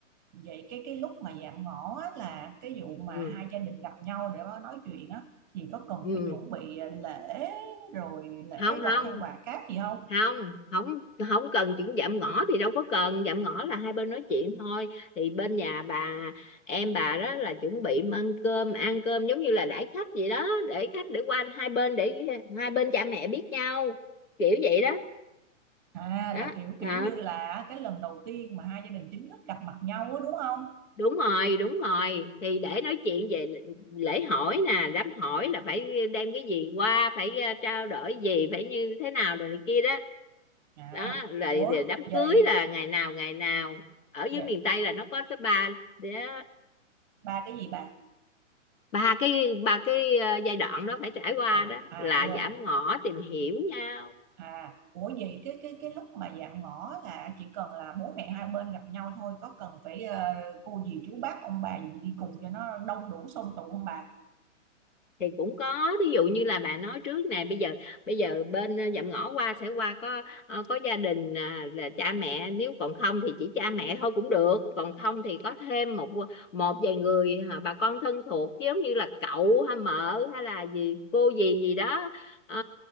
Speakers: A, on the right; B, on the left.
A: vậy cái cái lúc mà dạng ngõ á, là cái vụ
B: ừ.
A: mà hai gia đình gặp nhau để mà nói chuyện á thì có cần
B: Ừ.
A: phải chuẩn bị lễ rồi lễ
B: không
A: vật
B: không
A: hay quà cáp gì không
B: không không không cần chuyện dạm ngõ thì đâu có cần dạm ngõ là hai bên nói chuyện thôi thì bên nhà bà em bà đó là chuẩn bị mâm cơm ăn cơm giống như là đãi khách vậy đó để khách để qua hai bên để hai bên cha mẹ biết nhau kiểu vậy đó
A: à
B: đó
A: là kiểu
B: Ờ,
A: kiểu như là cái lần đầu tiên mà hai gia đình chính thức gặp mặt nhau á đúng không
B: đúng rồi đúng rồi thì để nói chuyện về lễ hỏi nè đám hỏi là phải đem cái gì qua phải ờ, trao đổi gì phải như thế nào rồi này kia đó
A: À,
B: đó rồi,
A: ủa
B: rồi đám cưới
A: vậy
B: là ngày nào ngày nào ở
A: vậy
B: dưới miền Tây là nó có tới ba đó
A: ba cái gì bà?
B: ba cái ba cái ờ, giai đoạn đó phải trải qua
A: À,
B: đó
A: à
B: là
A: vậy là
B: giảm ngõ tìm hiểu nhau
A: à ủa vậy cái cái cái lúc mà dạm ngõ là chỉ cần là bố mẹ hai bên gặp nhau thôi có cần phải ờ, cô dì chú bác ông bà gì đi cùng cho nó đông đủ xôm tụ không bà?
B: thì cũng có ví dụ như là bạn nói trước nè bây giờ bây giờ bên ờ, dạm ngõ qua sẽ qua có ờ, có gia đình à, là cha mẹ nếu còn không thì chỉ cha mẹ thôi cũng được còn không thì có thêm một ờ, một vài người ờ, bà con thân thuộc giống như là cậu hay mợ hay là gì cô gì gì đó ờ,